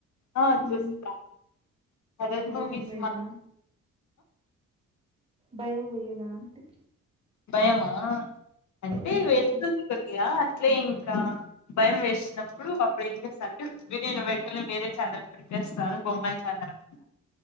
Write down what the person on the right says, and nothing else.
హ్మ్.
భయం
వేయదా? భయం వెయ్యదా అంటి
హ్మ్.